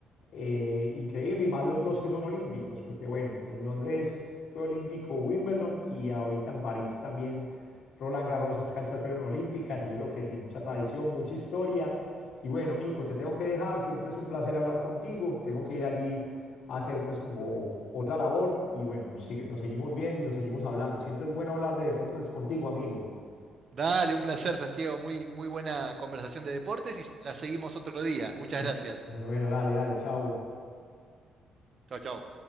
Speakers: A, on the left; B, on the right.
A: eh, increíble y más los dos que son olímpicos, porque bueno, en Londres fue olímpico Wimbledon y ahorita en París también Roland Garros, esas canchas fueron olímpicas y yo creo que sí, mucha tradición, mucha historia. Y bueno, Nico, te tengo que dejar, siempre es un placer hablar contigo, tengo que ir allí a hacer pues como otra labor y bueno, nos, sigue- nos seguimos viendo y nos seguimos hablando. Siempre es bueno hablar de deportes contigo, amigo.
B: Dale, un placer, Santiago. Muy, muy buena conversación de deportes y la seguimos otro día. Muchas
A: Eh,
B: gracias.
A: Bueno, dale, dale, chao.
B: Chau, chau.